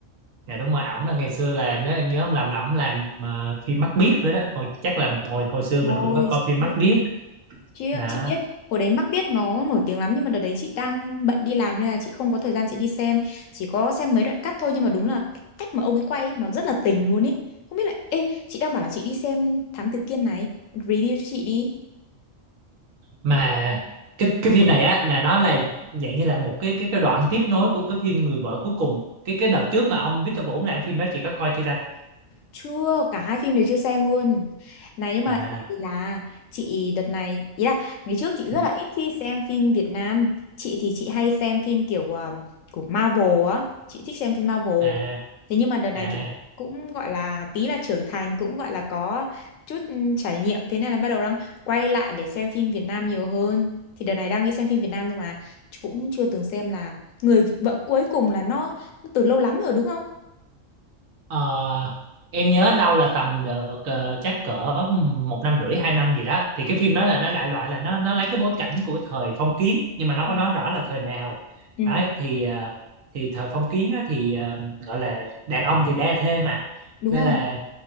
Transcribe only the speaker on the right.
dạ đúng rồi ổng là ngày xưa là nếu em nhớ không lầm là ổng làm ờ, phim Mắt Biếc nữa đó hồi chắc là hồi hồi xưa
mình cũng có coi
phim
Mắt Biếc
đó
mà cái cái phim này á là nó là dạng như là một cái cái cái đoạn tiếp nối của cái phim Người vợ cuối cùng cái cái đợt trước mà ông Victor Vũ làm phim đó chị có coi chưa ta
à
Ừ.
à
à
Ờ, em nhớ đâu là tầm được ờ, chắc cỡ một năm rưỡi hai năm gì đó thì cái phim đó là nó đại loại là nó nó lấy cái bối cảnh của thời phong kiến nhưng mà nó không
có nói rõ là thời nào
đấy thì ờ, thì thời phong kiến á, thì ờ, gọi là đàn ông thì đa thê mà
nên
là